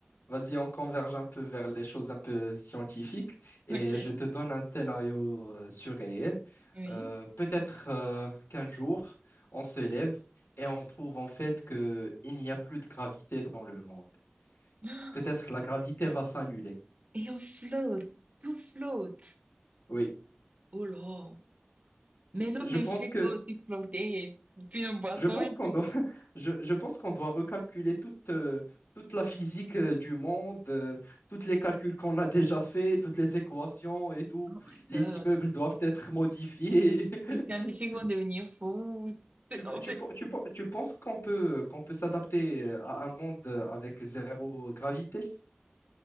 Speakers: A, on the left; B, on the right.
A: vas-y, on converge un peu vers les choses un peu scientifiques et
B: Ok,
A: je te donne un scénario euh, surréel.
B: oui.
A: Euh, peut-être euh, qu'un jour, on se lève et on trouve en fait que il n'y a plus de gravité dans le monde.
B: <gasps>
A: Peut-être la gravité va s'annuler.
B: Et on flotte, tout flotte.
A: Oui,
B: Oh là. Mais non,
A: je
B: mais
A: pense
B: le chèque
A: que
B: va aussi flotter et puis un boisson
A: Je pense
B: et
A: qu'on
B: tout.
A: doit, <laughs> je, je pense qu'on doit recalculer toute, euh, toute la physique euh, du monde, euh, tous les calculs qu'on a déjà faits, toutes les équations et tout.
B: Oh my
A: Les
B: God.
A: immeubles doivent être modifiés. <laughs>
B: Les scientifiques vont devenir fous.
A: Tu,
B: En
A: tu,
B: fait,
A: pe- tu, pe- tu penses qu'on peut, qu'on peut s'adapter euh, à un monde euh, avec zéro gravité?